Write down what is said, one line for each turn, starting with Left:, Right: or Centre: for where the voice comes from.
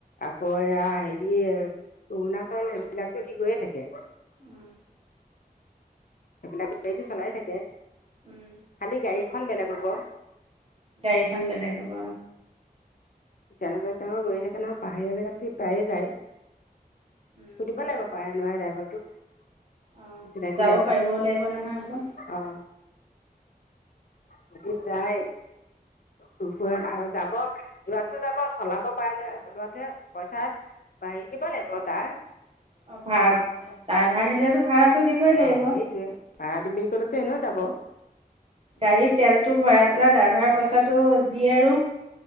Left: আকৌ এয়া হেৰি অৰুণাচল এইবিলাকতো শি গৈয়ে থাকে।
Right: উম।
Left: সেইবিলাকে গাড়ীটো চলাই থাকে
Right: উম,
Left: খালি গাড়ীখন বেলেগ হব।
Right: গাড়ীখন বেলেগ হ'ব।
Left: তেনেকুৱা স্হানত <unintelligible> গৈয়ে থাকে না পাহাৰীয়া জেগাত প্ৰায়ে যায়।
Right: উম
Left: সুধিব লাগিব পাৰে নোৱাৰে ড্ৰাইভাৰ তোক।
Right: অ
Left: চিনাকি
Right: যাব
Left: ড্ৰাইভৰ
Right: পাৰিবও লাগিব নহয় আকৌ
Left: অ। সতি যায়। সু আৰু যাব যোৱাতটো যাব চলাব পাৰে ন চলোৱাতহে পইচা। ভাইজ ভলে পতা।
Right: অ ভাড়া তাই ভাড়া নিলেতো ভাড়াটো। দিবই লাগিব
Left: অ সেইটয়ে ভাৰাডিম বুলি কলেতো এনেও যাব।
Right: গাড়ীত তেলটো ভৰাই পেলাই ড্ৰাইভাৰ পইচাটো দিয়ে আৰু।